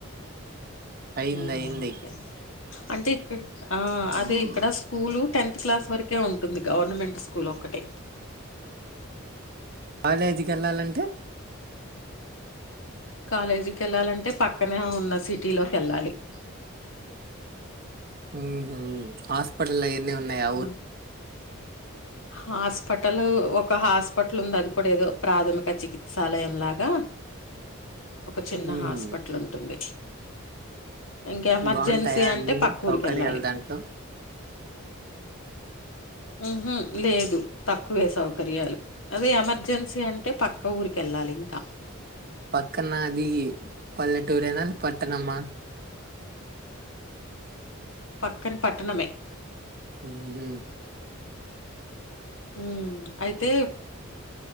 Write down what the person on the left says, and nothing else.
మ్మ్
ఓకే అంటే ఇక్క అ
అదే ఇక్కడ స్కూల్ టెన్త్ క్లాస్ వరకే ఉంటుంది గవర్నమెంట్ స్కూల్ ఒకటే
కాలేజీకి ఎళ్ళాలంటే పక్కనే ఉన్న సిటీ లోకెళ్ళాలి <inaudible>
ఉమ్. హాస్పిటల్ ఒక హాస్పిటల్ ఉంది అది కూడా ఏదో ప్రాథమిక చికిత్సాలయం లాగా ఒక చిన్న
హాస్పిటల్ ఉంటుంది ఇంకెమర్జెన్సీ
అంటే
పక్క
ఊరికేళ్ళాలి
ఊహు లేదు తక్కువే సౌకర్యాలు అదే ఎమర్జెన్సీ అంటే పక్క ఊరికేళ్ళాలి ఇంకా
పక్కన్ పట్టణమే
ఉ అయితే